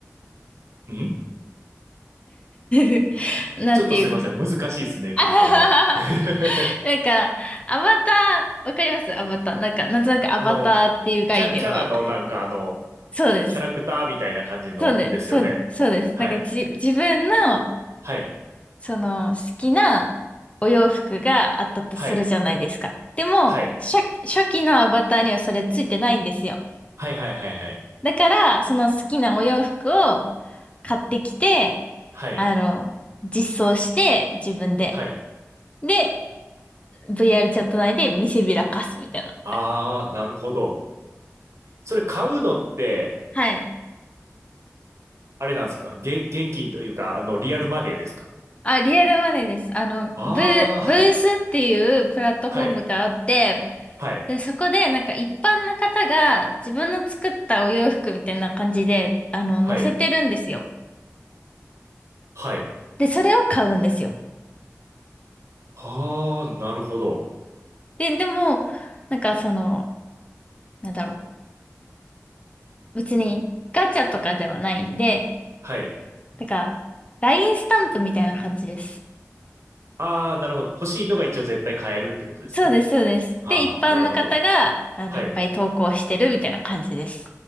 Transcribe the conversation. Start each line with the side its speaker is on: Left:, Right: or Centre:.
Right: ん
Left: <laughs> なんていうか、
Right: ちょっとすいません。難しいですね、
Left: <laughs> あははは
Right: 結構ね。<laughs>
Left: なんか、アバター、わかりますアバター。なんか、なんとなくアバターっていう概念は。
Right: あの、キャ、キャラのなんかあの、
Left: そうです。
Right: キャラクターみたいな感じのですよね。
Left: そうです。そうです。そうです。
Right: はい。
Left: なんか、じ、自分の、
Right: はい。
Left: その、好きなお洋服があったとするじゃないですか。
Right: はい。
Left: でも、
Right: はい。
Left: 初、初期のアバターにはそれついてないんですよ。
Right: はいはいはいはい。
Left: だから、その好きなお洋服を買ってきて、
Right: はい。
Left: あの、実装して、自分で。
Right: はい。
Left: で、VR チャット内で見せびらかすみたいな。
Right: あー、なるほど。それ買うのって、
Left: はい。
Right: あれなんですか現、現金というか、あの、リアルマネーですか
Left: あ、リアルマネーです。あの、
Right: あー、
Left: ブ、ブースっていうプラットフォームがあって、
Right: はい。はい。
Left: で、そこでなんか一般の方が自分の作ったお洋服みたいな感じで、あの、
Right: はい。
Left: 載せてるんですよ。
Right: はい。
Left: で、それを買うんですよ。
Right: あー、なるほど。
Left: で、でも、なんかその、なんだろう。別にガチャとかではないんで、
Right: はい。
Left: だから、LINE スタンプみたいな感じです。
Right: あー、なるほど。欲しいのが一応絶対買えるってことですね。
Left: そうです、そうです。
Right: はあはあ、
Left: で、一般の方が、
Right: なるほど。
Left: あの、
Right: はい。
Left: いっぱい投稿してるみたいな感じです。